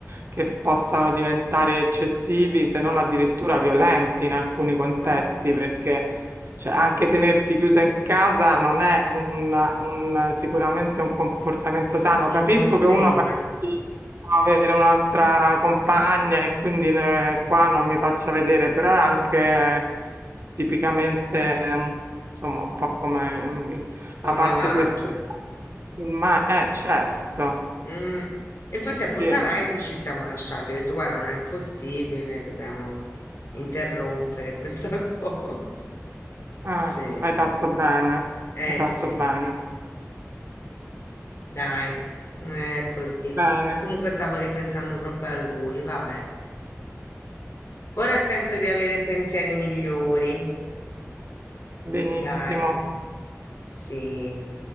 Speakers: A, on the right (about 50°); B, on the left (about 55°).
A: che possano diventare eccessivi, se non addirittura violenti in alcuni contesti,
B: mm,
A: perché cioè, anche tenerti chiusa in casa non è
B: mm,
A: un, un- sicuramente un comportamento sano. Capisco
B: Un buon
A: che
B: segno,
A: uno pensi
B: un
A: di avere un'altra compagna e quindi eh, qua non mi faccia vedere, però è anche tipicamente, ehm, insomma, un po' come ehm,
B: po'
A: la parte
B: malato.
A: più estrema. del filma- Eh, certo,
B: Mm. Infatti
A: Eh
B: a Punta
A: sì.
B: Raisi ci siamo lasciati. Ho detto, guarda, non è possibile, dobbiamo interrompere questa <laughs> cosa.
A: Ah,
B: Sì,
A: hai fatto bene,
B: eh
A: hai fatto
B: sì,
A: bene,
B: dai, è così.
A: bene,
B: Comunque stavo ripensando proprio a lui, vabbè. Ora penso di avere pensieri migliori,
A: benissimo.
B: dai, sì.